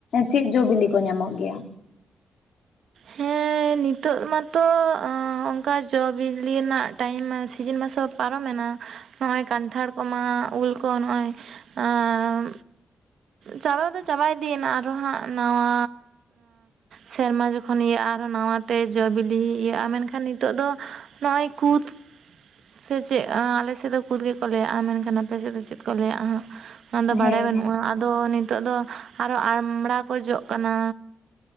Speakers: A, on the left; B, on the right.
A: ᱪᱮᱫ ᱡᱚ ᱵᱤᱞᱤ ᱠᱚ ᱧᱟᱢᱚᱜ ᱜᱮᱭᱟ?
B: ᱦᱮᱸ ᱱᱤᱛᱚᱜ ᱢᱟᱛᱚ ᱚᱱᱠᱟ ᱡᱚ ᱵᱤᱞᱤ ᱨᱮᱱᱟᱜ ᱴᱟᱭᱤᱢ ᱥᱤᱡᱤᱱ ᱢᱟᱥᱚ ᱯᱟᱨᱚᱢᱮᱱᱟ᱾ ᱱᱚᱜᱼᱚᱸᱭ ᱠᱟᱱᱴᱷᱟᱲ ᱠᱚᱢᱟ ᱩᱞ ᱠᱚ ᱱᱚᱜᱼᱚᱭ ᱟᱸᱻ ᱪᱟᱵᱟ ᱫᱚ ᱪᱟᱵᱟ ᱤᱫᱤᱭᱮᱱᱟ ᱟᱨᱚ ᱦᱟᱸᱜ ᱱᱟᱣᱟ ᱥᱮᱨᱢᱟ ᱡᱚ -ᱠᱷᱚᱱ ᱤᱭᱟᱹᱜᱼᱟ ᱟᱨᱚ ᱱᱟᱣᱟᱛᱮ ᱡᱚ ᱵᱤᱞᱤ ᱤᱭᱟᱹᱜᱼᱟ ᱢᱮᱱᱠᱷᱟᱱ ᱱᱤᱛᱚᱜ ᱫᱚ ᱱᱚᱜᱼᱚᱭ ᱠᱩᱫᱽ ᱥᱮ ᱪᱮᱫ ᱟᱻ ᱟᱞᱮ ᱥᱮᱫ ᱫᱚ ᱠᱩᱫᱽ ᱜᱮᱠᱚ ᱞᱟᱹᱭᱟᱜᱼᱟ ᱢᱮᱱᱠᱷᱟᱱ ᱟᱯᱮ ᱥᱮᱫ ᱫᱚ ᱪᱮᱫ ᱠᱚ ᱞᱟᱹᱭᱟᱜᱼᱟ᱾ ᱚᱱᱟᱫᱚ ᱵᱟᱲᱟᱭ
A: ᱦᱮᱸ
B: ᱵᱟᱹᱱᱩᱜᱼᱟ ᱟᱫᱚ ᱱᱤᱛᱚᱜ ᱫᱚ ᱟᱨᱚ ᱟᱲᱢᱲᱟ ᱠᱚ ᱡᱚᱜ ᱠᱟᱱᱟ᱾